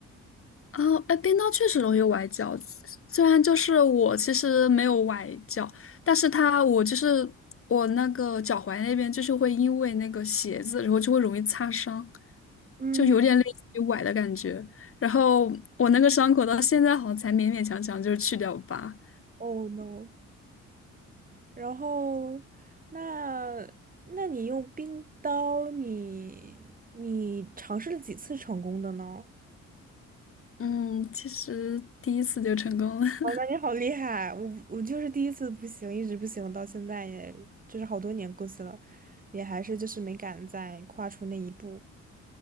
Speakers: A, on the left; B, on the right.
A: 哦，哎，冰刀确实容易崴脚。虽然就是我其实没有崴脚，但是它我就是我那个脚踝那边就是会因为那个鞋子，然后就会容易擦伤，
B: 嗯
A: 就有点类似于崴的感觉。然后我那个伤口到现在好像才勉勉强强就是去掉疤。
B: ，Oh no！然后，那那你用冰刀，你你尝试了几次成功的呢？
A: 嗯，其实第一次就成功了。<laughs>
B: 哇，那你好厉害！我我就是第一次不行，一直不行，到现在也就是好多年过去了，也还是就是没敢再跨出那一步。